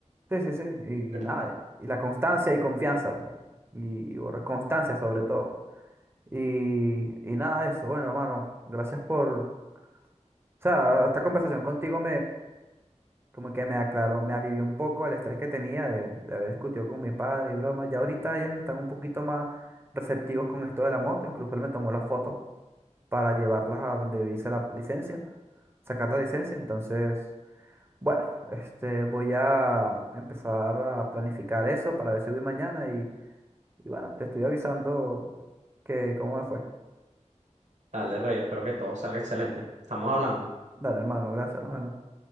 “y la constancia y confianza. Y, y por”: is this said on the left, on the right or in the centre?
Right